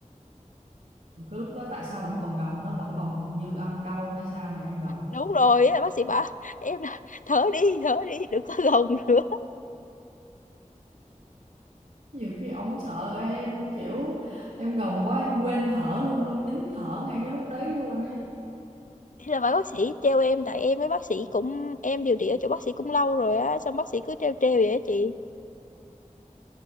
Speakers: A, on the right (about 80°); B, on the left (about 75°).
A: cái lúc đó tại sao vẫn còn gồng nó vẫn còn dư âm đau hay sao mà em gồng
B: đúng rồi á, bác sĩ bảo em là thở đi thở đi đừng có gồng nữa
A: nhiều khi ổng sợ em kiểu em gồng quá em quên thở luôn em nín thở ngay cái lúc đấy luôn ấy
B: thế là bà bác sĩ treo em tại em với bác sĩ cũng em điều trị ở chỗ bác sĩ cũng lâu rồi á xong bác sĩ cứ treo treo vậy á chị